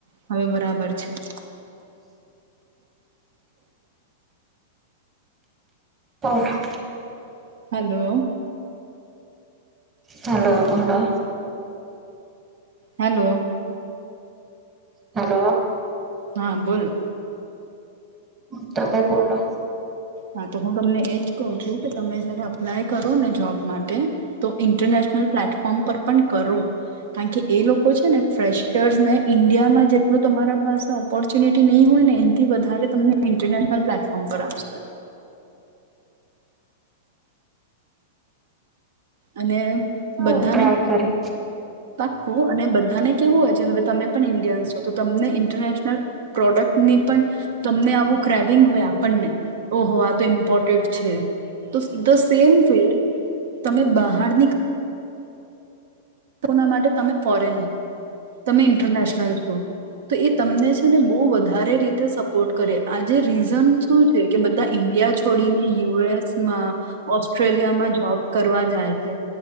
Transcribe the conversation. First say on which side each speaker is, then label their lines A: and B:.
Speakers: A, on the right; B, on the right.
A: હવે બરાબર છે <inaudible>
B: ઓહ
A: હાલો
B: હાલો હલો
A: હાલો
B: હાલો
A: હા બોલો
B: હ તમે પોલો
A: હા તો હું તમને એજ કહ છું કે તમે જયારે અપ્લાય કરો ને જોબ માટે તો ઇન્ટરનેશન પ્લેટફોર્મ પર પણ કરો કારણ કે એ લોકો છે ને ફેશર્સને ઈન્ડિયામાં જેટલું તમારા પાસે ઓપોર્ચ્યુનિટી નહી હોય ને એથી વધારે તમને ઇન્ટરનેશનલ પ્લેટફોર્મ પર આવશે અને
B: હ
A: બધાને
B: ટ્રાય કરી
A: પાક્કું. અને બધાને કેવું હોય છે હવે તમે પણ ઇન્ડિયન્સ છો તો તમને ઇન્ટરનેશનલ પ્રોડક્ટ ની પણ તમને આવું ક્રેબિંગ હોય આપણને ઓહો આ તો ઇમ્પોર્ટેન્ટ છે. તો દ સેમ વે. તમે બહારની ટ્રિપો ના માટે તમે ફોરેન આવો. તમે ઇન્ટરનેશનલ છો. તો એ તમનેજ ને બહ વધારે રીતે સપોર્ટ કરે. આજે રીઝન શું છે કે બધા ઈન્ડિયા છોડીને યુએસમાં, ઓસ્ટ્રેલિયામાં જોબ કરવા જાય છે.